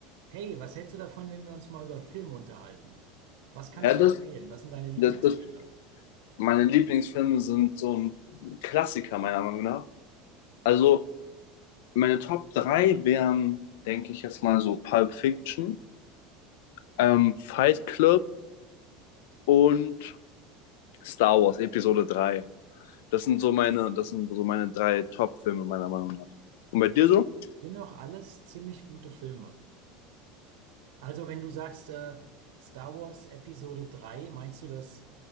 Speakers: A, on the right (about 80°); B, on the left (about 70°).
A: Hey, was hältst du davon, wenn wir uns mal über Filme unterhalten? Was kannst
B: Ja, das,
A: du empfehlen? Was sind deine Lieblingsfilme?
B: das, das, meine Lieblingsfilme sind so ein Klassiker, meiner Meinung nach. Also, meine Top 3 wären, denke ich jetzt mal so Pulp Fiction, ähm, Fight Club und Star Wars Episode drei Das sind so meine, das sind so meine drei Top-Filme, meiner Meinung nach. Und bei dir
A: Das
B: so?
A: sind auch alles ziemlich gute Filme. Also, wenn du sagst, äh, Star Wars Episode 3, meinst du das